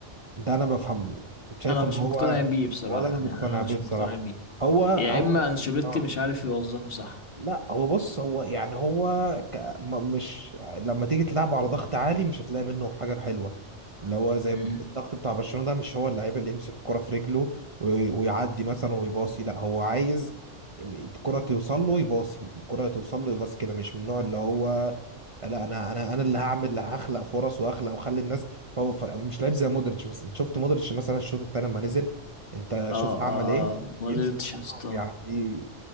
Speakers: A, on the right (about 35°); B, on the left (about 50°).
A: ده انا بفهمه شايفه
B: انا مش
A: ان هو
B: مقتنع بيه بصراحه
A: ولا انا مقتنع
B: يعني انا
A: بيه
B: مش
A: بصراحة
B: مقتنع بيه
A: هو
B: يا
A: هو
B: اما انشيلوتي
A: اه
B: مش عارف يوظفه صح
A: لا هو بص هو يعني هو ك... م- مش لما تيجي تلعبه على ضغط عالي مش هتلاقي منه حاجة حلوة اللي هو زي
B: امم
A: ما- الضغط بتاع برشلونة ده مش هو اللعيب اللي يمسك الكرة في رجله وي... ويعدي مثلا ويباصي لا هو عايز الكرة توصل له يباصي الكرة توصل له يباصي كده مش من النوع اللي هو لا انا انا انا اللي هعمل اللي هخلق فرص واخلق واخلي الناس فهو ف... مش لعيب زي مودريتش مثلا شفت مودريتش مثلا الشوط التاني لما نزل انت
B: اه
A: شفت عمل
B: اه
A: ايه
B: اه مودريتش
A: بيمسك الكرة
B: يا اسطى
A: وبيعدي